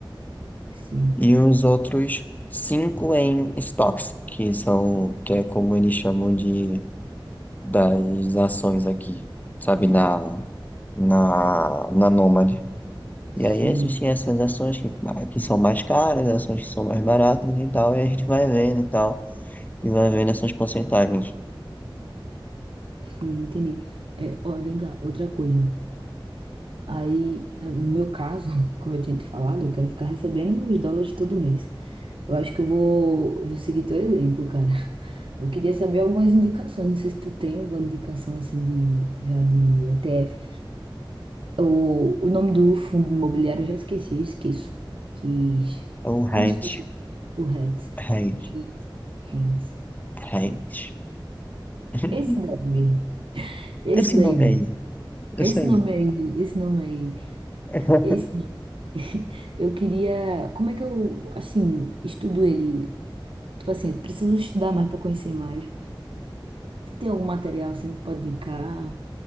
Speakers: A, on the right (about 80°); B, on the left (about 20°).
A: Sim.
B: E os outros 5 em estoques que são, que é como eles chamam de, das ações aqui, sabe,
A: Ações.
B: da na, na Nômade. E
A: Sim,
B: aí existem essas ações que, ah, que são mais caras, ações que são mais baratas e tal, e a gente vai vendo e tal, e vai vendo essas porcentagens.
A: sim, entendi. É, ó, vem cá, outra coisa. Aí, na- no meu caso, <laughs> como eu tinha te falado, eu quero ficar recebendo os dólares todo mês. Eu acho que eu vou, vou seguir teu exemplo, cara. <laughs> Eu queria saber algumas indicações. Não sei se tu tem alguma indicação assim de, já de ETF. O, o nome do fundo imobiliário eu já esqueci, eu esqueço. Que,
B: É o rate,
A: como se fosse o REITs.
B: rate,
A: REITs. REITs.
B: rate. <laughs>
A: Esse daí mesmo. Esse
B: Esse
A: daí
B: nome
A: mesmo.
B: aí, esse
A: Esse
B: aí.
A: nome aí, esse nome aí
B: <laughs>
A: Esse, <laughs> eu queria. Como é que eu, assim, estudo ele? Tipo assim, eu preciso estudar mais para conhecer mais. Tu tem algum material, assim, que pode indicar?